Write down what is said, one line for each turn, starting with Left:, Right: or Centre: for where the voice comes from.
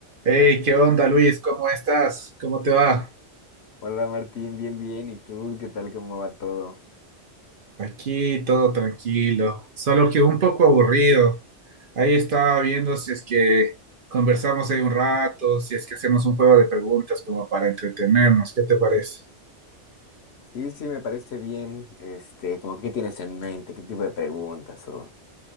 Right: Hey, ¿qué onda, Luis? ¿Cómo estás? ¿Cómo te va?
Left: Hola Martín, bien, bien. ¿Y tú qué tal? ¿Cómo va todo?
Right: Aquí todo tranquilo, solo que un poco aburrido. Ahí estaba viendo si es que conversamos ahí un rato, si es que hacemos un juego de preguntas como para entretenernos. ¿Qué te parece?
Left: Sí, sí, me parece bien. Este, como qué tienes en mente, qué tipo de preguntas o,